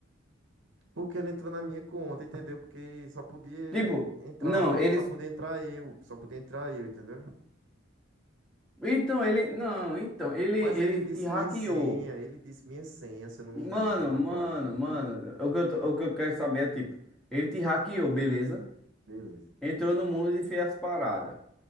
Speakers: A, on the right; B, in the centre.
A: Porque ele entrou na minha conta, entendeu? Porque só podia
B: Tipo,
A: entrar
B: não,
A: uma,
B: eles.
A: só podia entrar eu, só podia entrar eu, entendeu?
B: Então, ele. Não, então, ele,
A: Mas
B: ele
A: ele disse
B: te hackeou.
A: minha senha, ele disse minha senha, se eu não me
B: Mano,
A: engano, na
B: mano,
A: placa.
B: mano. O que eu, tô- o que eu quero saber é, tipo, ele te hackeou, beleza?
A: Beleza.
B: Entrou no mundo e fez as paradas.